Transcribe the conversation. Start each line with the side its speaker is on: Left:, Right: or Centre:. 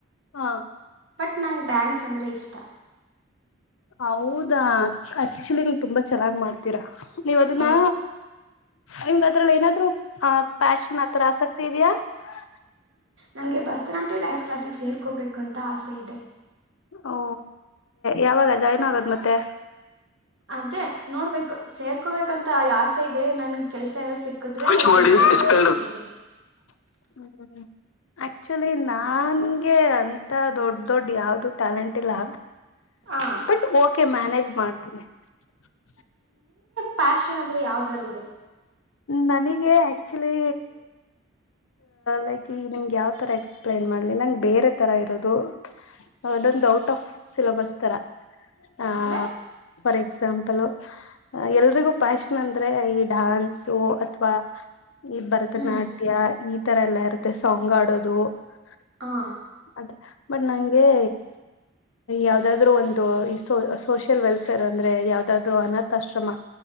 Left: ಹಾ.
Right: ಬಟ್ ನಂಗ್ ಡ್ಯಾನ್ಸ್ ಅಂದ್ರೆ ಇಷ್ಟ.
Left: ಹೌದಾ ಆಕ್ಚುಲಿ ನೀವ್ ತುಂಬಾ ಚೆನ್ನಾಗ್ ಮಾಡ್ತೀರಾ. ನೀವ್ ಅದನ್ನ.
Right: ಹೌದು
Left: ನಿಮ್ಗ್ ಅದ್ರಲ್ ಏನಾದ್ರು ಆ ಪ್ಯಾಷನ್ ಆತರ ಆಸಕ್ತಿ ಇದ್ಯಾ. <unintelligible>
Right: ನಂಗೆ ಭರತನಾಟ್ಯ ಡ್ಯಾನ್ಸ್ ಕ್ಲಾಸ್ಗೆ ಸೇರ್ಕೋಬೇಕು ಅಂತ ಆಸೆ ಇದೆ.
Left: ಓ ಯಾವಾಗ ಜಾಯ್ನ್ ಆಗದ್ ಮತ್ತೆ.
Right: ಅದೇ ನೋಡ್ಬೇಕು ಸೇರ್ಕೋಬೇಕಂತ ಆಸೆ ಇದೆ ನನ್ ಕೆಲ್ಸ ಸಿಕ್ಕಿದ್ರೆ
Left: <unintelligible>
Right: ಸೇರ್ಕೊ ಅನ್ಕೊಂಡಿದ್ದೀನಿ
Left: ಆಕ್ಚುಲಿ ನನ್ಗೆ ಅಂತ ದೊಡ್ ದೊಡ್ಡ ಯಾವ್ದು ಟ್ಯಾಲೆಂಟ್ ಇಲ್ಲ.
Right: ಹ
Left: ಬಟ್ ಓಕೆ ಮ್ಯಾನೇಜ್ ಮಾಡ್ತೀನಿ. <unintelligible>
Right: ಫ್ಯಾಷನ್ ಅಂದ್ರೆ ಯಾವದ್ರಲ್ಲ ಇದೆ.
Left: ನನಗೆ ಆಕ್ಚುಲಿ ಲೈಕ್ ಈ ನಿಮ್ಗೆ ಯಾವತರ ಎಕ್ಸ್ಪ್ಲೇನ್ ಮಾಡ್ಲಿ ನಂಗೆ ಬೇರೆ ತರ ಇರೋದು ಅದೊಂದು ಔಟ್ ಆಫ್ ಸಿಲಬಸ್ ತರ. ಆ
Right: ಅಂದ್ರೆ.
Left: ಫಾರ್ ಎಕ್ಸಾಂಪಲ್ ಎಲ್ರಿಗೂ ಪ್ಯಾಷನ್ ಅಂದ್ರೆ ಈ ಡಾನ್ಸ್. ಅಥವಾ ಈ ಭರತನಾಟ್ಯ
Right: ಹ್ಮ್
Left: ಈ.. ಇತರ ಎಲ್ಲ. ಮತ್ತೆ ಸಾಂಗ್ ಆಡೋದು <unintelligible>
Right: ಹಾ
Left: ಬಟ್ ನಂಗೆ ಯಾವ್ದಾದ್ರು ಒಂದು ಈ ಸೋ ಸೋಷಿಯಲ್ ವೆಲ್ಫೇರ್ ಅಂದ್ರೆ ಯಾವ್ದಾದ್ರು ಅನಾಥಾಶ್ರಮ.